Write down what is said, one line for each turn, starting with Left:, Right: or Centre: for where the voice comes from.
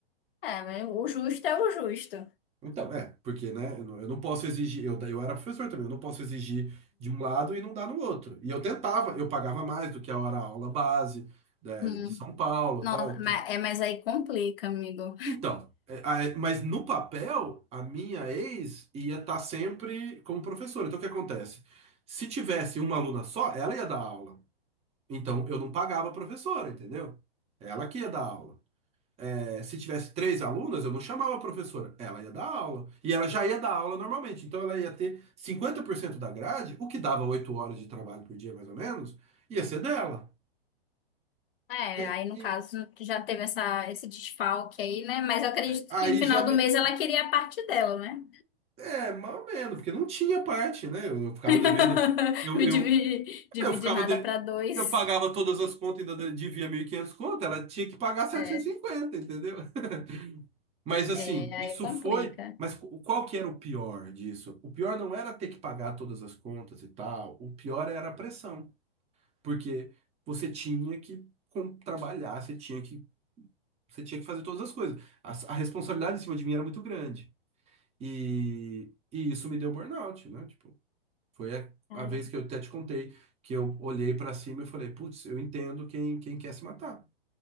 Left: É, mas o justo é o justo.
Right: Então, é, porque, né, eu não eu não posso exigir, eu, eu era professor também, eu não posso exigir de um lado e não dar no outro. E eu tentava, eu pagava mais do que a hora aula base, né,
Left: Hum.
Right: de São Paulo,
Left: Nossa,
Right: tal.
Left: mas, é, mas aí complica, amigo.
Right: Então, é, a- é, mas no papel, a minha ex ia estar sempre como professora. Então, o que acontece? Se tivesse uma aluna só, ela ia dar aula. Então, eu não pagava a professora, entendeu? Ela que ia dar aula. É, se tivesse três alunas, eu não chamava a professora. Ela ia dar aula. E ela já ia dar aula normalmente. Então, ela ia ter 50% da grade, o que dava oito horas de trabalho por dia, mais ou menos, ia ser dela.
Left: É,
Right: E,
Left: aí no
Right: e
Left: caso já teve essa, esse desfalque aí, né? Mas eu acredito
Right: aí
Left: que no final
Right: já me,
Left: do mês ela queria a parte dela, né?
Right: É, mais ou menos, porque não tinha parte, né? Eu, ficava
Left: <laughs>
Right: devendo. Eu,
Left: Me
Right: eu,
Left: dividir, dividir
Right: eu ficava
Left: nada
Right: de-
Left: para dois.
Right: eu pagava todas as contas, ainda devia 1.500 conto, ela tinha que pagar setecentos
Left: É,
Right: e cinquenta entendeu? <laughs> Mas assim,
Left: é, aí
Right: isso
Left: complica.
Right: foi. Mas qu- qual que era o pior disso? O pior não era ter que pagar todas as contas e tal, o pior era a pressão, porque você tinha que com- trabalhar, você tinha que, você tinha que fazer todas as coisas. A, a responsabilidade em cima de mim era muito grande. E, e isso me deu burnout, né? Tipo. Foi a,
Left: Cara,
Right: a vez que eu até te contei, que eu olhei pra cima e falei, putz, eu entendo quem, quem quer se matar.